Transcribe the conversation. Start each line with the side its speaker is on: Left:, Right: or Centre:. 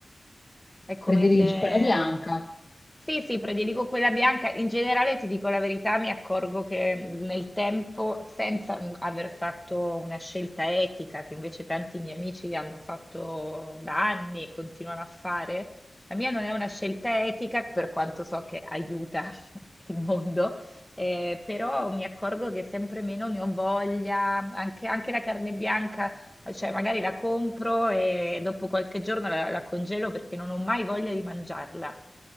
Centre: È come
Left: prediligi
Centre: se...
Left: quella bianca.
Centre: Sì, sì, prediligo quella bianca. In generale, ti dico la verità, mi accorgo che mh, nel tempo, senza mh, aver fatto una scelta etica, che invece tanti miei amici hanno fatto da anni e continuano a fare, la mia non è una scelta etica, per quanto so che aiuta <laughs> il mondo, eh, però mi accorgo che sempre meno ne ho voglia, anche, anche la carne bianca, cioè magari la compro e dopo qualche giorno la la congelo perché non ho mai voglia di mangiarla.